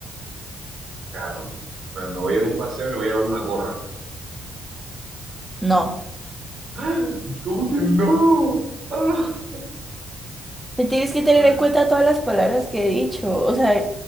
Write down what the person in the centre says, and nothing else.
No,
te tienes que tener
en cuenta todas las palabras que he dicho, o sea,